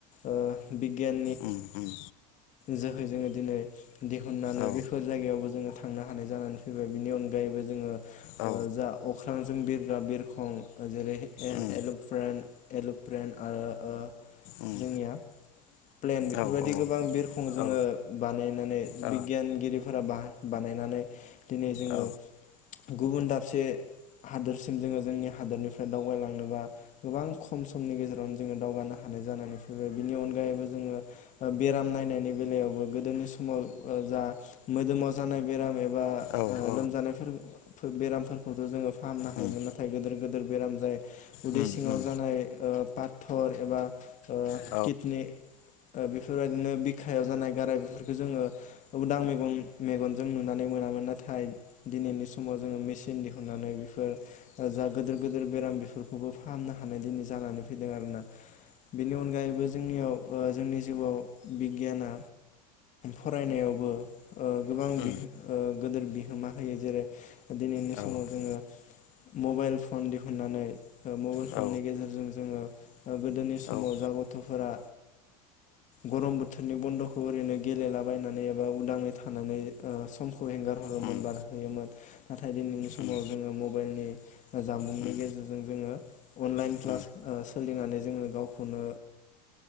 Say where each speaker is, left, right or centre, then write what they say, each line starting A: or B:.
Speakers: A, on the left; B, on the left.
A: ओ बिगियान
B: उम उम
A: जोहै जोङो दिनै दिहुननानै
B: औ
A: बेफोर जायगायावबो जोङो थांनो हानाय जानानै फैबाय बिनि अनगायैबो जोङो
B: औ
A: जा अख्रां जों बिरग्रा बिरखं जेरै
B: उम
A: एल'प्रेन् एल'प्रेन् आरो ओ
B: उम
A: जोंनिया प्लेन बेफोरबायदि
B: औ औ ओ
A: गोबां बिर जोङो
B: औ
A: बानायनानै
B: औ
A: बिगियानगिरिफोरा बानायनानै दिनै जोङो
B: औ
A: गुबुन दाबसे हादोरसिम जोङो जोंनि हादोरनिफ्राय दावगलांनोबा गोबां खमनि गेजेरावनो जोङो दावगानो हानाय जानानै फैबाय बिनि अनगायैबो जोङो बेराम नाय नि बेलायावबो गोदोनि समाव जा मोदोमाव जानाय बेराम ए बा
B: औ औ
A: लोमजानायफोर फोर बेरामफोर थ' जोंङो फाहामनो हायोमोन
B: उम
A: नाथाय गिदिर-गिदिर बेराम जायो उदै
B: उम
A: सिङाव
B: उम
A: जानाय पााथर एबा ओ
B: औ
A: किदनि बेफोरबायदिनो बिखायाव जानाय गाराय बेफोरखौ जोंङो उदां मैगन मेगन जों नुनानै मोनामोन नाथाय दिनैनि समाव जोंङो मिसि नदिहनानै बेफोर जा गोदोर-गोदोर बेराम बेफोरखौबो फाहामनो हानाय दिनै जानानै फैदों आरोना बेनि अनगायैबो जोंनियाव जोंनि जिउआव बि गियाना फरायनायावबो ओ गोबां
B: उम
A: बि गोदिर बिहोमा होयो जेरै दिनैनि
B: औ
A: समाव जोंङो मबाइल फन दिहुननानै मबाइल
B: औ
A: फननि गेजेरजों जोंङो गोदोनि समाव
B: औ
A: जा गथ'फोरा गरम बो थोरनि बन्द'खौ ओरैनो गेलेलाबायनानै एबा उदाङै थानानै समखौ हेंगार हरोमोन
B: उम उम
A: बारहोयोमोन नाथाय दिनैनि समाव
B: उम
A: जोंङो मबाइलनि जामबुंनि
B: उम
A: गेजेरजों जोंङो अनलाइन
B: उम
A: क्लास सोलिनानै जोंङो गावखौनो